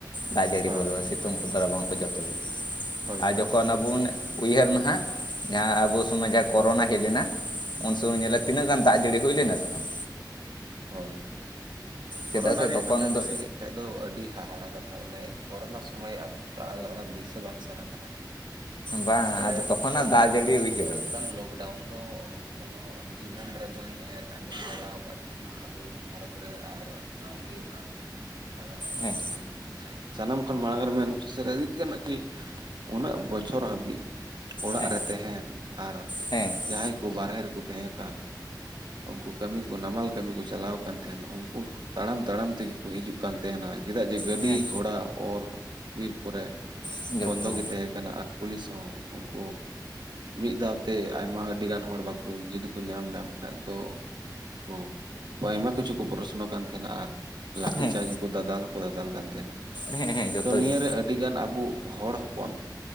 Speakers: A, on the left (about 75°); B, on the right (about 75°).
A: ᱫᱟᱜ ᱡᱟᱹᱲᱤ
B: ᱦᱳᱭ
A: ᱠᱚᱫᱚ ᱥᱤᱛᱩᱝ ᱠᱚᱫᱚ ᱨᱟᱵᱟᱝ ᱠᱚ ᱡᱚᱛᱚ ᱜᱮ
B: ᱦᱳᱭ
A: ᱟᱨ
B: ᱦᱳᱭ
A: ᱡᱚᱠᱷᱚᱱ ᱚᱱᱟᱵᱚᱱ ᱩᱭᱦᱟᱹᱨ ᱢᱟᱦᱟᱜ ᱡᱟᱦᱟᱸ ᱟᱵᱚ ᱥᱚᱢᱚᱭ ᱡᱟᱦᱟᱸ ᱠᱳᱨᱳᱱᱟ ᱦᱩᱭᱩᱜ ᱦᱮᱡ ᱞᱮᱱᱟ ᱩᱱ ᱥᱚᱢᱚᱭ ᱧᱮᱞᱟ ᱛᱤᱱᱟᱹᱜ ᱜᱟᱱ ᱫᱟᱜ ᱡᱟᱹᱲᱤ ᱦᱩᱭ ᱞᱮᱱᱟ ᱥᱮ ᱵᱟᱝ
B: ᱦᱳᱭ
A: ᱪᱮᱫᱟᱜ
B: ᱠᱳᱨᱳᱱᱟ
A: ᱥᱮ
B: ᱨᱮᱭᱟᱜ
A: ᱛᱚᱠᱷᱚᱱ
B: ᱠᱟᱛᱷᱟ
A: ᱫᱚ
B: ᱫᱤᱥᱟᱹ ᱵᱟᱠᱷᱟᱡ ᱫᱚ ᱟᱹᱰᱤ ᱦᱟᱦᱟᱲᱟ ᱠᱟᱛᱷᱟ ᱵᱚᱞᱮ ᱠᱳᱨᱳᱱᱟ ᱥᱚᱢᱚᱭ ᱠᱟᱞ ᱚᱱᱟ ᱫᱤᱥᱟᱹ ᱵᱟᱝ ᱥᱟᱱᱟ ᱠᱟᱱᱟ
A: ᱵᱟᱝ
B: ᱵᱚᱞᱮ
A: ᱟᱫᱚ ᱛᱚᱠᱷᱚᱱᱟᱜ
B: ᱚᱱᱠᱟᱱ
A: ᱫᱟᱜ ᱡᱟᱹᱲᱤ ᱩᱭᱦᱟᱹᱨ
B: ᱚᱱᱠᱟᱱ
A: ᱢᱮ
B: ᱞᱚᱜᱽ ᱰᱟᱣᱩᱱ ᱫᱚ ᱠᱚᱱᱚ ᱡᱤᱵᱚᱱ ᱨᱮ ᱵᱟᱹᱧ ᱟᱸᱡᱚᱢ ᱵᱟᱲᱟ ᱟᱠᱟᱫ ᱾ ᱛᱟᱦᱮ ᱱᱟ ᱟᱵᱚ ᱵᱷᱟᱨᱚᱛ ᱨᱮ ᱟᱨ ᱵᱟᱝ ᱤᱭᱟᱹ ᱵᱟᱲ ᱟᱠᱟᱱ ᱛᱟᱦᱮᱱᱟ ᱢᱟᱱᱮ ᱞᱟᱜᱟᱣ ᱵᱟᱲᱟ
A: ᱦᱮᱸ
B: ᱠᱟᱱ ᱛᱟᱦᱮᱱᱟ ᱾ ᱥᱟᱱᱟᱢ ᱠᱷᱚᱱ ᱢᱟᱲᱟᱝ ᱨᱮ ᱢᱮᱱ ᱩᱥᱟᱹᱨᱟ ᱤᱫᱤ ᱜᱟᱱᱚᱜ ᱠᱤ ᱩᱱᱟᱹᱜ ᱵᱚᱪᱷᱚᱨ ᱦᱟᱹᱵᱤᱡ ᱚᱲᱟᱜ
A: ᱦᱮᱸ
B: ᱨᱮ ᱛᱟᱦᱮᱱ ᱟᱨ
A: ᱦᱮᱸ
B: ᱡᱟᱦᱟᱸᱭ ᱠᱚ ᱵᱟᱨᱦᱮ ᱨᱮᱠᱚ ᱛᱟᱦᱮᱸ ᱠᱟᱱ ᱩᱱᱠᱩ ᱠᱟᱹᱢᱤ ᱠᱚ ᱱᱟᱢᱟᱞ ᱠᱟᱹᱢᱤ ᱠᱚ ᱪᱟᱞᱟᱣ ᱟᱠᱟᱱ ᱛᱟᱦᱮᱱ ᱩᱱᱠᱩ ᱛᱟᱲᱟᱢ ᱛᱟᱲᱟᱢ ᱛᱮᱜᱮ ᱠᱚ ᱦᱤᱡᱩᱜ ᱠᱟᱱ ᱛᱟᱦᱮᱱᱟ ᱪᱮᱫᱟᱜ ᱡᱮ ᱜᱟᱹᱰᱤ
A: ᱦᱮᱸ
B: ᱜᱷᱚᱲᱟ ᱚᱨ ᱵᱤᱨ ᱠᱚᱨᱮ
A: ᱦᱮᱸ ᱡᱚᱛᱚ
B: ᱵᱚᱱᱫᱚ ᱜᱮ ᱛᱟᱦᱮᱸ ᱠᱟᱱᱟ ᱟᱨ ᱯᱩᱞᱤᱥ ᱦᱚᱸ ᱩᱱᱠᱩ ᱢᱤᱫ ᱫᱷᱟᱣᱛᱮ ᱟᱭᱢᱟ ᱟᱹᱰᱤ ᱜᱟᱱ ᱦᱚᱲ ᱵᱟᱠᱚ ᱡᱚᱫᱤ ᱠᱚ ᱧᱟᱢ ᱞᱮᱢ ᱠᱷᱟᱱ ᱫᱚ ᱳ ᱟᱭᱢᱟ ᱠᱤᱪᱷᱩ ᱠᱚ ᱯᱚᱨᱚᱥᱱᱚ ᱠᱟᱱ ᱛᱟᱦᱮᱸᱱᱟ ᱟᱨ ᱞᱟᱴᱷᱤ
A: ᱦᱮᱸ
B: ᱪᱟᱪ ᱦᱚᱸᱠᱚ ᱫᱟᱫᱟᱞ ᱦᱚᱸᱠᱚ ᱫᱟᱫᱟᱞ ᱠᱟᱱ ᱛᱟᱦᱮᱱᱟ ᱾
A: ᱦᱮᱸ ᱦᱮᱸ ᱡᱚᱛᱚ
B: ᱛᱚ ᱱᱤᱭᱟᱹᱨᱮ
A: ᱜᱮ
B: ᱟᱹᱰᱤ ᱜᱟᱱ ᱟᱵᱚ ᱦᱚᱲ ᱦᱚᱯᱚᱱ